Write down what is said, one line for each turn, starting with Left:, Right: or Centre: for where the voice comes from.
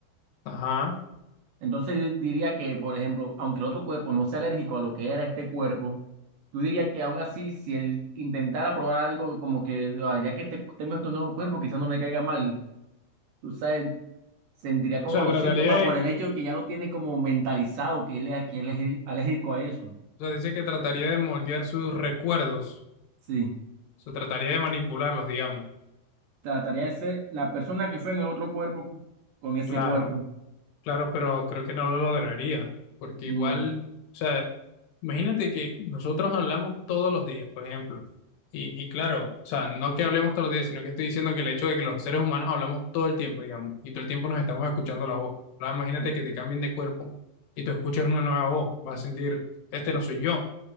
Left: Ajá. O
Right: Entonces yo diría que, por ejemplo, aunque el otro cuerpo no sea alérgico a lo que era este cuerpo, tú dirías que aún así, si él intentara probar algo como que, "Ah, ya que te- tengo este nuevo cuerpo, quizás no me caiga mal, tú sabes, sentiría como
Left: sea,
Right: los
Left: trataría
Right: síntomas por
Left: de,
Right: el hecho de que ya lo tiene como mentalizado, que él, es- que él es alérgico a eso.
Left: o sea, dice que trataría de moldear sus recuerdos.
Right: Sí,
Left: O sea, trataría de manipularlos, digamos.
Right: trataría de ser la persona que fue en el otro cuerpo con ese
Left: Claro,
Right: cuerpo.
Left: claro, pero creo que no lo lograría. Porque
Right: No.
Left: igual, o sea, imagínate que nosotros hablamos todos los días, por ejemplo. Y, y claro, o sea, no que hablemos todos los días, sino que estoy diciendo que el hecho de que los seres humanos hablamos todo el tiempo, digamos, y todo el tiempo nos estamos escuchando la voz. Ahora imagínate
Right: Sí.
Left: que te cambien de cuerpo y tú escuchas una nueva voz. Vas a sentir, este no soy yo.